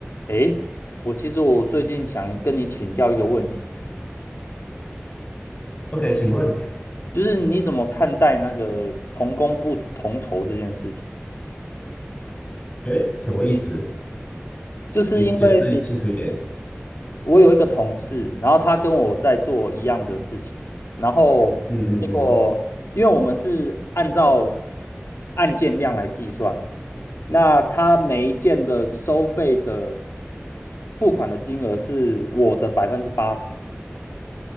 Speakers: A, on the left (about 75°); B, on the left (about 30°).
A: 诶，我其实我最近想跟你请教一个问题，
B: OK，请问，
A: 就是你怎么看待那个同工不同酬这件事情？
B: <laughs> 诶，什么意思？
A: 就是因为
B: 你解释清楚一点。
A: 我有一个同事，然后他跟我在做一样的事情，然后结果因为我们是按照
B: 嗯嗯嗯。
A: 案件量来计算，那他每一件的收费的付款的金额是我的百分之八十。